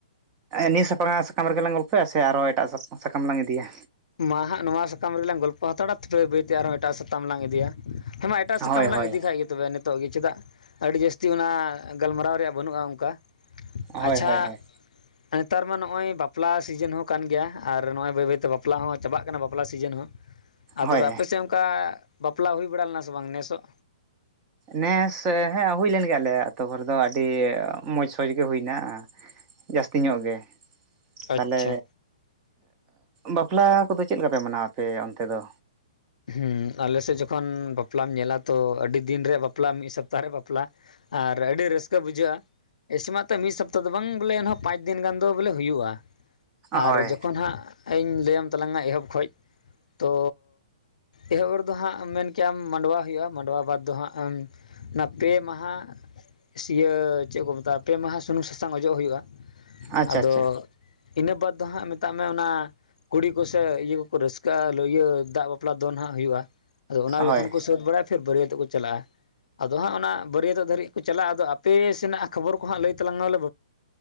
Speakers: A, on the right (about 15°); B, on the left (about 85°).
A: ᱱᱤᱭᱟᱹ ᱥᱟᱯᱷᱟᱨᱦᱟᱜ ᱥᱟᱠᱟᱢ ᱨᱮᱜᱮ ᱞᱟᱝ ᱜᱚᱞᱯᱷᱚᱭᱟ ᱥᱮ ᱟᱨᱦᱚ ᱮᱴᱟᱜ ᱥᱟᱛᱟᱢ ᱥᱟᱠᱟᱢ ᱞᱟᱝ ᱤᱫᱤᱭᱟ?
B: ᱢᱟ ᱦᱟᱸᱟᱜ ᱱᱚᱣᱟ ᱥᱟᱠᱟᱢ ᱨᱮᱞᱟᱝ ᱜᱚᱞᱯᱚ ᱦᱟᱛᱟᱲᱟ <unintelligible> ᱵᱟ. ᱭ ᱵᱟᱹᱭᱛᱮ ᱟᱨᱦᱚᱸ ᱮᱴᱟᱜ ᱥᱟᱛᱟᱢ ᱞᱟᱝ ᱤᱫᱤᱭᱟ᱾ ᱦᱮᱸ ᱮᱴᱟᱜ ᱥᱟᱠᱟᱢ
A: ᱦᱳᱭ
B: ᱞᱟᱝ
A: ᱦᱳᱭ
B: ᱤᱫᱤ ᱠᱷᱟᱡ <unintelligible> ᱛᱚᱵᱮ ᱱᱤᱛᱚᱜ ᱜᱮ ᱪᱮᱫᱟᱜ ᱟᱹᱰᱤ ᱡᱟᱹᱥᱛᱤ ᱚᱱᱟ ᱜᱟᱞᱢᱟᱨᱟᱣ ᱨᱮᱭᱟᱜ ᱵᱟᱹᱱᱩᱜᱼᱟ ᱚᱱᱠᱟ᱾
A: ᱦᱳᱭ
B: ᱟᱪᱪᱷᱟ
A: ᱦᱳᱭ ᱦᱳᱭ
B: ᱱᱮᱛᱟᱨ ᱢᱟ ᱱᱚᱜᱚᱭ ᱵᱟᱯᱞᱟ ᱥᱤᱡᱤᱱ ᱦᱚᱸ ᱠᱟᱱ ᱜᱮᱭᱟ ᱟᱨ ᱱᱚᱜᱚᱭ ᱵᱟᱹᱭ ᱵᱟᱹᱭᱛᱮ ᱵᱟᱯᱼᱼ ᱞᱟ ᱦᱚᱸ ᱪᱟᱵᱟᱜ ᱠᱟᱱᱟ ᱵᱟᱯᱞᱟ ᱥᱤᱡᱤᱱ ᱦᱚᱸ ᱟ
A: ᱦᱳᱭ
B: ᱛᱚᱵᱮ ᱟᱯᱮᱥᱮᱜ ᱚᱱᱠᱟᱼᱼ ᱵᱟᱯᱞᱟ ᱦᱩᱭ ᱵᱟᱲᱟ ᱞᱮᱱᱟ ᱥᱮ ᱵᱟᱝ ᱱᱮᱥᱚᱜ?
A: ᱱᱮᱥ ᱦᱮᱸ ᱦᱩᱭ ᱞᱮᱱ ᱜᱮᱭᱟ ᱟᱞᱮᱭᱟᱜ ᱟᱹᱛᱳ ᱠᱚᱨᱮ ᱫᱚ ᱟᱹᱰᱤ ᱢᱚᱪ ᱥᱚᱪ ᱜᱮ ᱦᱩᱭᱱᱟ᱾ ᱡᱟᱹᱥᱛᱤ ᱧᱚᱜ ᱜᱮ᱾
B: ᱟᱪᱪᱷᱟ
A: ᱛᱟᱞᱮ ᱵᱟᱯᱞᱟ ᱠᱚᱫᱚ ᱪᱮᱜ ᱞᱮᱠᱟ ᱯᱮ ᱢᱟᱱᱟᱣ ᱟᱯᱮ ᱚᱱᱛᱮ ᱫᱚ?
B: ᱦᱩᱸ ᱟᱞᱮᱥᱮᱫ ᱡᱚᱠᱷᱚᱱ ᱵᱟᱯᱞᱟᱢ ᱧᱮᱞᱟ ᱛᱚ ᱟᱹᱰᱤ ᱫᱤᱱ ᱨᱮᱭᱟᱜ ᱵᱟᱯᱞᱟ ᱢᱤᱫ ᱥᱚᱯᱛᱟᱦᱚ ᱨᱮ ᱵᱟᱯᱞᱟ ᱟᱨ ᱟᱹᱰᱤ ᱨᱟᱹᱥᱠᱟᱹ ᱵᱩᱡᱷᱟᱹᱜᱼᱟ᱾ ᱮᱥᱮᱢᱟᱛᱚ ᱢᱤᱜ ᱥᱚᱯᱛᱟ ᱫᱚ ᱵᱟᱝ ᱵᱚᱞᱮ ᱮᱱᱦᱚᱸ ᱯᱟᱸᱪ ᱫᱤᱱ ᱜᱟᱱ ᱫᱚ ᱵᱚᱞᱮ ᱦᱩᱭᱩᱜᱼᱟ᱾ ᱟᱨ
A: ᱦᱳᱭ
B: ᱡᱚᱠᱷᱚᱱ ᱦᱟᱸᱜ ᱤᱧ ᱞᱟᱹᱭᱟᱢ ᱛᱟᱞᱟᱝᱟ ᱮᱦᱚᱵ ᱠᱷᱚᱡ ᱛᱚ ᱮᱦᱚᱵ ᱨᱮᱫᱚ ᱦᱟᱸᱜ ᱢᱮᱱ ᱠᱮᱭᱟᱢ ᱢᱟᱰᱣᱟ ᱦᱩᱭᱩᱜᱼᱟ ᱢᱟᱰᱣᱟ ᱵᱟᱫᱽ ᱫᱚ ᱦᱟᱸᱜ ᱮᱢ ᱚᱱᱟ ᱯᱮ ᱢᱟᱦᱟ ᱥᱤᱭᱟᱹ ᱪᱮᱜ ᱠᱚ ᱢᱮᱛᱟᱜᱼᱟ ᱯᱮ ᱢᱟᱦᱟ ᱥᱩᱱᱩᱢ ᱥᱟᱥᱟᱝ ᱚᱡᱚᱜ ᱦᱩᱭᱩᱜᱼᱟ᱾
A: ᱟᱪᱪᱷᱟ
B: ᱟᱫᱚ
A: ᱟᱪᱪᱷᱟ
B: ᱤᱱᱟᱹ ᱵᱟᱫ ᱫᱚ ᱦᱟᱸᱜ ᱢᱮᱛᱟᱜ ᱢᱮ ᱚᱱᱟ ᱠᱩᱲᱤ ᱠᱚᱥᱮ ᱤᱭᱟᱹ ᱠᱚᱠᱚ ᱨᱟᱹᱥᱠᱟᱹᱜ-ᱟ ᱞ <unintelligible> ᱫᱟᱜᱼᱼ ᱵᱟᱯᱞᱟ ᱫᱚᱱ ᱦᱟᱸᱜ ᱦᱩᱭᱩᱜ-ᱟ᱾ ᱟᱫᱚ ᱚᱱᱟ ᱡᱚᱠᱷᱚᱱ
A: ᱦᱳᱭ
B: ᱠᱚ ᱥᱟᱹᱛ ᱵᱟᱲᱟᱭᱟ, ᱯᱷᱤᱨ ᱵᱟᱹᱨᱭᱟᱹᱛᱚᱜ ᱠᱚ ᱪᱟᱞᱟᱜ-ᱟ᱾ ᱟᱫᱚ ᱦᱟᱸᱜ ᱚᱱᱟ ᱵᱟᱹᱨᱭᱟᱹᱛᱚᱜ ᱫᱷᱟᱹᱨᱤᱡ ᱠᱚ ᱪᱟᱞᱟᱜ-ᱟ᱾ ᱟᱫᱚ ᱟᱯᱮ ᱥᱮᱱᱟᱜ ᱠᱷᱚᱵᱚᱨ ᱠᱚ ᱦᱟᱸᱜ ᱞᱟᱹᱭ ᱛᱟᱞᱟᱝ ᱢᱮᱞᱮ